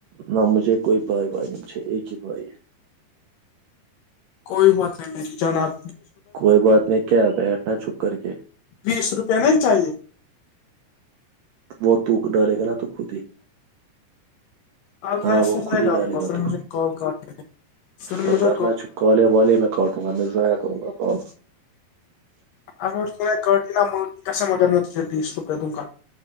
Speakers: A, on the right; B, on the left.
A: نہ مجھے کوئی بھائی بائی نہیں مجھے ایک ہی بھائی ہے
B: کوئی بات نہیں میری جان آب
A: کوئی بات نہیں کیا بیٹھنا چھپ کر کے
B: بیس روپے میں ہی چاہیے
A: وہ تو ڈالے گ نا تو خود ہی
B: اور
A: ہاں
B: میں
A: وہ
B: سر نہیں
A: خود ہی
B: ڈالوں
A: ڈالے
B: گا سر
A: تو
B: مجھ سے کال کال کر ہیں پھر
A: تو
B: مجھے
A: کرنا چ کالے والے میں کاٹوں گا میں ضائع کروں گا کال
B: اگرٹا مگر میں بیس رپ دوںنک کا